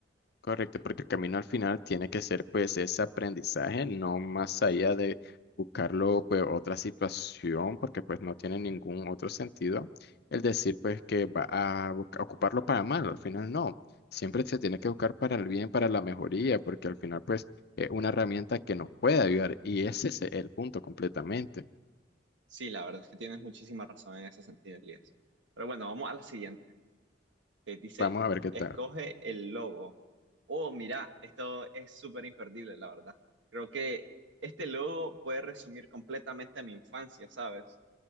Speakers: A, on the left; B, on the right.
A: Correcto, porque el camino al final tiene que ser pues ese aprendizaje, no más allá de buscarlo pues otra situación, porque pues no tiene ningún otro sentido el decir pues que va a busca- ocuparlo para mal, al final no, siempre se tiene que buscar para el bien, para la mejoría, porque al final pues es una herramienta que nos puede ayudar y ese es el punto completamente.
B: Sí, la verdad es que tienes muchísima razón en ese sentido, Elías. Pero bueno, vamos a la siguiente. que dice,
A: Vamos a ver qué
B: escoge
A: tal,
B: el logo. Oh, mira, esto es súper imperdible, la verdad. Creo que este logo puede resumir completamente mi infancia, ¿sabes?